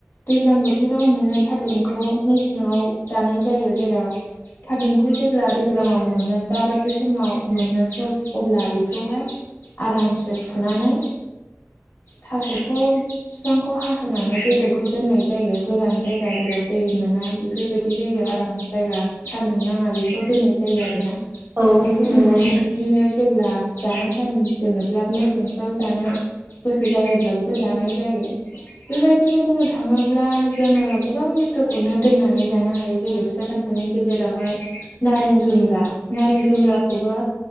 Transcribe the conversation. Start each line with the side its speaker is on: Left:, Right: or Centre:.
Left: दैज्लां बोथोराव मोननाय थारुनखौ मसे सिङाव जानाय जायो जेराव थारुनखौ जेब्ला दैज्लांङाव मोनो दाबादि समाव मोनो अब्ला बेखौहाय आरामसे फुनानै
Right: <inaudible>
Left: थास'खौ फिफांखौ हास'नानै बेदरखौ दोननाय जायो। गोरान जायगा जेराव दै मोना बेफोरबायदि जायगायाव आराम जायगा सानदुं नांङा बेफोराव दोननाय जायो आरो ना।
Right: औ
Left: बेखौ
Right: नंगौ
Left: उनावहाय
Right: नोंथां
Left: दिनो जेब्ला जानाय टाइम जोनोब्ला मेसेंफ्राव जानो गोसो जायोब्ला बेखौ जानाय जायो। बेबायदिनो बुंनो थांङोब्ला जोंङो गोबां बुस्थुखौनो दोननानै जानो हायो जेरै फिथा सामथनि गेजेरावहाय नारें जुमब्रा नारें जुमब्राखौ खौबो